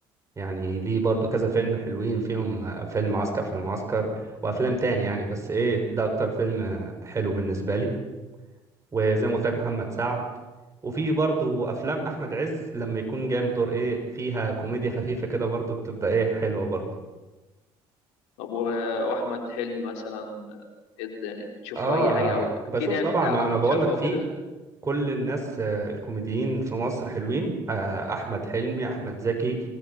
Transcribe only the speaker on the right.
يعني ليه برضه كذا فيلم حلوين فيهم آه، فيلم عسكر في المعسكر وافلام تاني يعني بس ايه ده اكتر فيلم آه، حلو بالنسبه لي وزي ما قلت لك محمد سعد وفي برضو افلام احمد عز لما يكون جاي بدور ايه فيها كوميديا خفيفه كده برضو بتبقى ايه حلوه برضو
اه
بشوف
طبعا
ما انا بقول
لك
في
كل الناس آه، الكوميديين في مصر حلوين آه، احمد حلمي احمد زكي